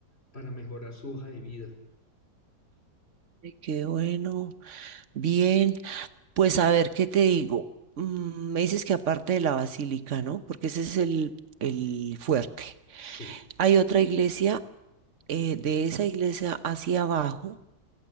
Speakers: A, on the left; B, on the right.
A: para mejorar su hoja de vida.
B: Ay, qué bueno, bien. Pues a ver, ¿qué te digo? Mm, me dices que aparte de la basílica, ¿no? Porque ese es el, el fuerte.
A: Sí,
B: Hay otra iglesia, eh, de esa iglesia hacia abajo,